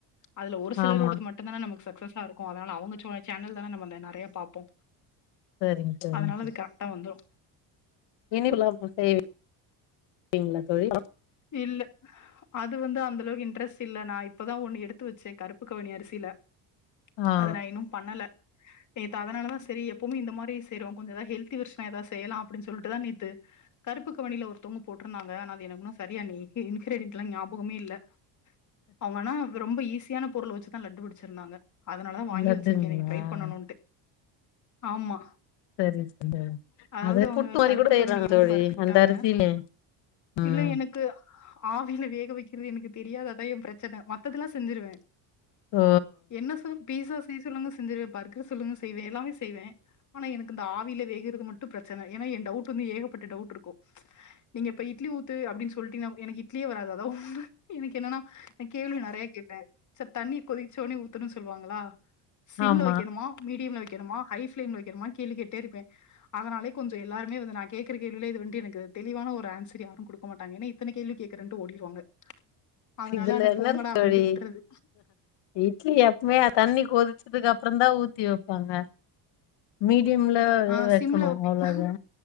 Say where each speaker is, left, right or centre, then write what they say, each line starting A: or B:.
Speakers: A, on the left; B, on the left.
A: அதுல ஒரு சிலரோடது
B: ஆமா
A: மட் டுந்தா நமக்கு சக்சஸ்ஸா இருக்கும் அதனால அவங்க சேனல்ல தா நாம்ம நறைய பாப்போ
B: சரிங்க சரிங்க
A: அதுனால அது கரெக்டா வந்துரு
B: <unintelligible> லா செய்வீங்களா தோழி
A: இல்ல அது வந்து அந்த அளவுக்கு இன்ட்ரெஸ்ட் இல்ல நா இப்பதா ஒண்ணு எடுத்து வச்சே கருப்பு கவுனி அரிசில
B: ஆ
A: அத நா இன்னும் பண்ணல நேத்து அதனாலதா சேரி எப்பவுமே இந்த மாரி செய்றோ கொஞ்ச‌ எதாவது ஹெல்தி விஷய எதாவ செய்யலாம் அப்படின்னு சொல்ட்டுதா நே‌த்து கருப்புக்க கவுனில ஒருத்தங்க போட்ருந்தாங்க ஆனா அது எனக்கு இன்னு சரியா நீ கி இன்கிரிடன்ட்ஸ்லா ஞாபகமே இல்ல அவங்க ஆனா ரொம்ப ஈஸியான பொருள் வச்சு லட்டு பிடிச்சிருந்தாங்க அதனால தான் வாங்கி
B: லட்டுங்களா
A: வச்சிருக்கே இன்னக்கி ட்ரை பண்ணனும்டு ஆமா
B: சரி சரி
A: அதாவது
B: அது
A: அவங்க
B: புட்டு மாதிரி
A: கருப்பு
B: கூட செய்யறாங்க
A: கவுனிய வந்து
B: தோழி
A: வறுத்துக்கிட்டாங்க
B: அந்த அரிசிலே ம்
A: இல்ல எனக் கு ஆவில வேக வைக்கிறது எனக்கு தெரியாது அதா எ பிரச்சன மத்ததெல்லா செஞ்சிருவே
B: ஓ
A: என்ன சொல் பீஸா செய் சொல்லுங்க செஞ்சுருவே பர்கர் சொல்லுங்க செய்வே எல்லாமே செய்வே ஆனா எனக்கு இந்த ஆவில வேகறது மட்டு பிரச்சன ஏன்னா என் டவுட் வந்து ஏகப்பட்ட டவுட் இருக்கு நீங்க இப்ப இட்லி ஊத்து அப்டின் சொல்ட்டினா எனக் இட்லியே வராது அதா ஒன்னு எனக்கு என்னனா நா கேள்வி நறைய கேப்பே சர் தண்ணி கொதிச்ச ஒட்னே ஊத்தணு சொல்வாங்களா சிம்ல
B: ஆமா
A: வெக்கணுமா மீடியம்ல வெக்கணுமா ஹை ஃப்ளேம்ல வெக்கணுமா கேள்வி கேட்டேருப்பே அதனாலே கொஞ்சோ எல்லாருமே வந்து நா கேக்கற கேள்விலே இது வன்ட்டு எனக்கு தெளிவான ஒரு ஆன்சர் யாரு குடுக்க மாட்டாங்க ஏன்ன இத்தன கேள்வி கேக்குறன்ட்டு ஓடீறுவாங்க அதனால
B: இதுல
A: அட
B: என்ன
A: போங்கடா
B: இருக்கு
A: அப்டின்ட்டு
B: தோழி
A: விட்றது
B: இட்லி எப்மே ஆ தண்ணி கொதிச்சதுக்கப்றோ தா ஊத்தி வெப்பாங்க மீடியம்ல
A: ஆ
B: எ வெக்கணு
A: சிம்ல வைப்பீங்களா?
B: அவ்ளோதா